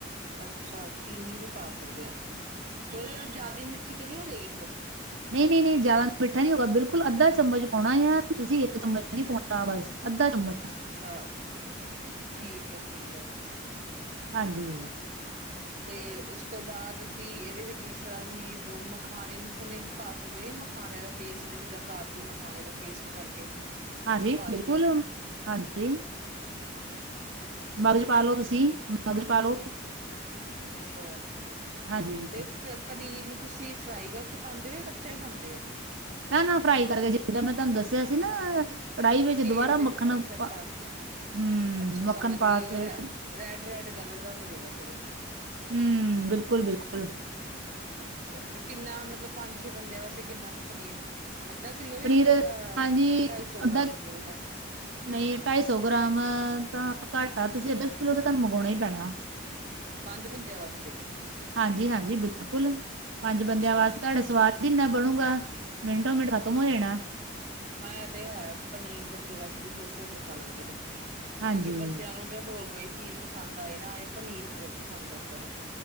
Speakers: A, on the right; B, on the right.
A: ਅੱਛਾ ਚੀਨੀ ਵੀ ਪਾ ਸਕਦੇ ਆ ਅਸੀਂ ਤੇ ਓਦੇ ਨਾਲ ਜ਼ਿਆਦਾ ਮਿੱਠੀ ਨੀ ਹੋ ਜੇਗੀ ਫਿਰ?
B: ਨਈ-ਨਈ-ਨਈ ਜ਼ਿਆਦਾ ਮਿੱਠਾ ਨੀ ਹੋਊਗਾ ਬਿਲਕੁਲ ਅੱਧਾ ਚਮਚ ਪਾਉਣਾ ਏਆ ਤੁਸੀਂ ਇੱਕ ਚਮਚ ਨੀ ਪਾਉਣਾ ਬਸ ਅੱਧਾ ਚਮਚ।
A: ਅੱਛਾ ਠੀਕ ਐ-ਠੀਕ ਐ।
B: ਹਾਂਜੀ।
A: <inaudible> ਤੇ ਉਸ ਤੋਂ ਬਾਅਦ ਅਸੀਂ ਏਦੇ ਵਿੱਚ ਜਿਸ ਤਰ੍ਹਾਂ ਹੀ ਮਖਾਣੇ-ਮਖੂਣੇੇ ਵੀ ਪਾ ਸਕਦੇ ਮਖਾਣੇ ਦਾ ਪੇਸਟ ਜਿੱਦਾਂ ਕਾਜੂ ਮਖਾਣੇ ਦਾ ਪੇਸਟ ਕਰਕੇ।
B: ਹਾਂਜੀ
A: ਪਾ
B: ਬਿਲਕੁਲ
A: ਦੀਏ।
B: ਹਾਂਜੀ।
A: <inaudible>
B: ਮਗਜ਼ ਪਾ
A: ਹੈ
B: ਲੋ ਤੁਸੀਂ ਮਗਜ਼ ਪਾ ਲੋ।
A: ਅੱਛਾ
B: ਹਾਂਜੀ
A: ਤੇ ਪਨੀਰ ਨੂੰ ਤੁਸੀਂ ਫਰਾਈ ਕਰਕੇ ਪਾਦੇਂ ਓ ਜਾਂ ਕੱਚਾ ਈ ਪਾਦੇਂ ਓ?
B: ਨਾ-ਨਾ ਫਰਾਈ ਕਰਕੇ ਜਿਦਾਂ ਮੈਂ ਤੁਹਾਨੂੰ ਦੱਸਿਆ ਸੀ ਨਾ। ਕੜਾਈ ਵਿੱਚ
A: ਤੇਲ
B: ਦੁਬਾਰਾ
A: ਦੇ
B: ਮੱਖਣ
A: ਵਿੱਚ ਅੱਛਾ ਅੱਛਾ
B: ਪਾ ਹੂੰ
A: ਅੱਛਾ
B: ਮੱਖਣ
A: ਸਮਝ
B: ਪਾ
A: ਗਈ ਉਹ
B: ਕੇ
A: ਰੈ ਰੈਡ ਰੈਡ ਕਲਰ ਦਾ ਹੋ ਜਾਏਗਾ ਫੇਰ ਉਹ
B: ਹੁ ਬਿਲਕੁਲ ਬਿਲਕੁਲ।
A: ਅੱਛਾ ਤੇ ਕਿੰਨਾ ਮਤਲਬ ਪੰਜ ਛੇ ਬੰਦਿਆਂ ਵਾਸਤੇ ਕਿੰਨਾ ਕ ਪਨੀਰ। ਅੱਧਾ ਕਿੱਲੋ ਯਾ
B: ਪਨੀਰ
A: ਫੇਰ ਢ
B: ਹਾਂਜੀ
A: ਢਾਈ ਸੌ
B: ਅੱਧਾ
A: ਗ੍ਰਾਮ ਬੋਤ ਹੈ।
B: ਨਹੀਂ ਢਾਈ ਸੌ ਗ੍ਰਾਮ ਤਾਂ ਘੱਟ ਆ ਤੁਸੀਂ ਅੱਧਾ ਕਿੱਲੋ ਤੇ ਤੁਹਾਨੂ ਮੰਗਾਉਣਾ ਹੀ ਪੈਣਾ।
A: ਪੰਜ ਬੰਦਿਆਂ ਵਾਸਤੇ?
B: ਹਾਂਜੀ ਹਾਂਜੀ ਬਿਲਕੁਲ ਪੰਜ
A: ਅੱਛਾ
B: ਬੰਦਿਆਂ ਵਾਸਤੇ ਤੁਹਾਡਾ ਸਵਾਦ ਜਿਨਾਂ ਬਣੂਗਾ ਮਿੰਟੋ ਮਿੰਟ ਖ਼ਤਮ ਹੋ ਜਾਣਾ।
A: ਹਾਂ ਇਹ ਤੇ ਹੈ ਪਨੀਰ ਬੱਚੇ ਵੈਸੇ ਵੀ ਖੁਸ਼ ਹੋ ਕੇ ਖਾ ਲੈਂਦੇ ਨੇ ਕਿਉਂਕਿ
B: ਹਾਂਜੀ,
A: ਬੱਚਿਆਂ ਨੂੰ ਤੇ ਹੋਰ ਕੋਈ ਚੀਜ਼ ਪਸੰਦ ਆਏ ਨਾ ਆਏ ਪਨੀਰ ਬਹੁਤ ਪਸੰਦ ਆਂਦਾ ਵਾ।